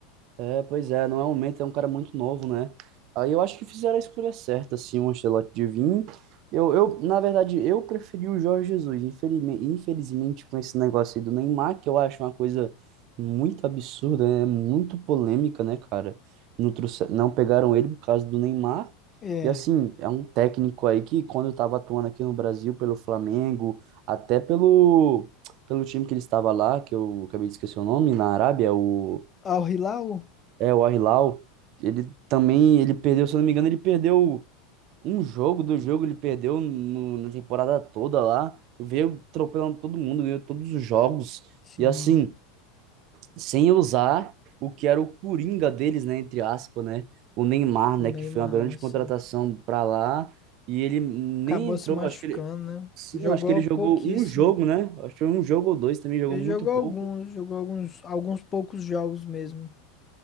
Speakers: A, on the right (about 55°); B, on the left (about 30°).
A: É, pois é, não é um momento, é um cara muito novo, né? Aí eu acho que fizeram a escolha certa, assim, o Ancelotti de vir. Eu, eu, na verdade, eu preferi o Jorge Jesus, infelizmente, infelizmente com esse negócio aí do Neymar, que eu acho uma coisa muito absurda, né? Muito polêmica, né, cara? Não, trouxe, não pegaram ele por causa do Neymar.
B: É.
A: E assim, é um técnico aí que quando eu tava atuando aqui no Brasil pelo Flamengo, até pelo, pelo time que ele estava lá, que eu acabei de esquecer o nome, na Arábia, o
B: Al Hilal?
A: é, o Al-Hilal, ele também, ele perdeu, se eu não me engano, ele perdeu um jogo, do jogo ele perdeu no- na temporada toda lá, veio atropelando todo mundo, ganhou todos os jogos,
B: Sim.
A: e assim, sem usar o que era o coringa deles, né, entre aspas, né, o Neymar,
B: O
A: né,
B: Neymar,
A: que foi uma grande
B: sim.
A: contratação pra lá, e ele nem
B: Acabou
A: entrou,
B: se machucando,
A: acho que ele,
B: né?
A: sim,
B: Jogou
A: eu acho que ele jogou
B: pouquíssimo.
A: um jogo, né, acho que foi um jogo ou dois também, jogou
B: Ele
A: muito
B: jogou
A: pouco,
B: alguns, jogou alguns, alguns poucos jogos mesmo.